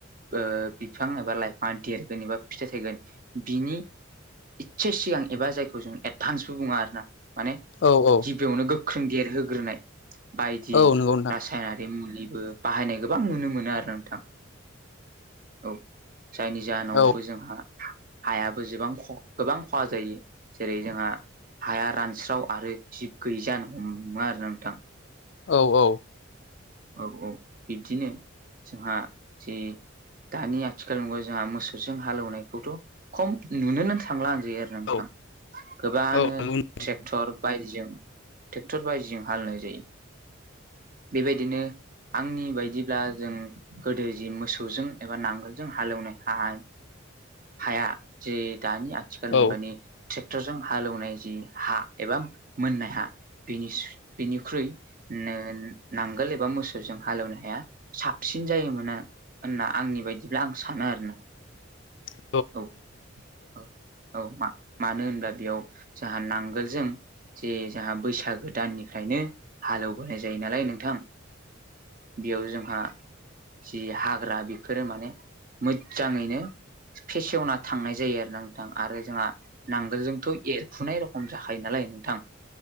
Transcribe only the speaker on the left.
औ औ
औ नंगौ नोंथां
औ
औ औ
नंगौ
औ नंगौ नंगौ औ
औ
<inaudible>